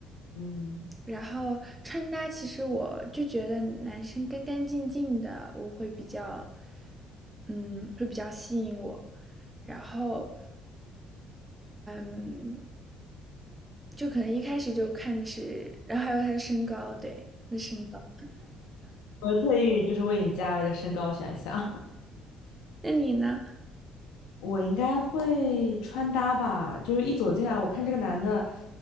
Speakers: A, on the left (about 80°); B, on the right (about 20°).
A: 嗯，
B: 然后穿搭，其实我就觉得男生干干净净的，我会比较，嗯，会比较吸引我。然后。嗯，就可能一开始就看的是，然后还有他的身高，对，他的身高。
A: 我特意就是为你加了个身高选项。
B: 那你呢？
A: 我应该会穿搭吧，就是一走进来，我看这个男的